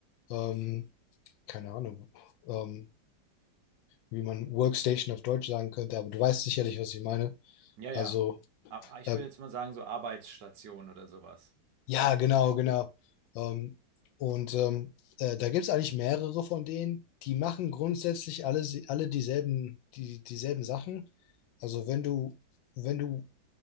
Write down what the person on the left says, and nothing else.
ähm, keine Ahnung, ähm, wie man Workstation auf Deutsch sagen könnte, aber du weißt sicherlich, was ich meine.
Also,
äh,
ja, genau, genau. Ähm, und ähm, äh, da gibt es eigentlich mehrere von denen, die machen grundsätzlich alle, alle dieselben, die, dieselben Sachen. Also wenn du, wenn du